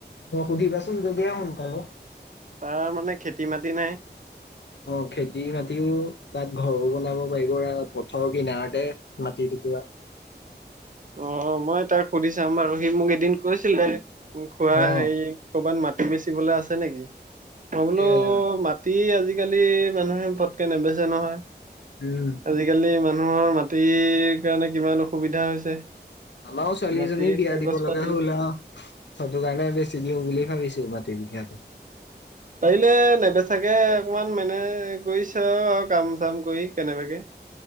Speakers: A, on the left; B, on the right.
A: অ কুদি পাচুন যদিহে সোনকালে।
B: তাৰ মানে খেতি - মাটি নাই?
A: অ খেতি বাতিও তাত ঘৰো বনাব পাৰিব আৰু পথৰ কিনাৰতে। মাটি টোকোৰা।
B: অ মই এ তাক সুধি চাম বাৰু সি মোক এদিন কৈছিলে খুড়া
A: অ,
B: হেৰি কবাত মাটি বেচিবলে আছে নেকি? মই বোলো
A: সেয়াই
B: মাট- টি আজিকালি মানুহে পটকে নেবেচে নহয়।
A: উম।
B: আজিকালি মানুহৰ মাটিৰ কাৰণে কিমান অসুবিধা হৈছে।
A: আমাৰো ছোৱালীজনী
B: মাটি
A: বিয়া
B: কাগজ
A: দিব লগা
B: পাতি
A: হ'ল আ। সতো কাৰণে বেছি দিওঁ বুলি ভাবিছোঁ মাটি বিঘাটো।
B: পাৰিলে নেবেচাকে অকমান মানে কৰি চা বাও কাম চাম কৰি কেনেবাকে।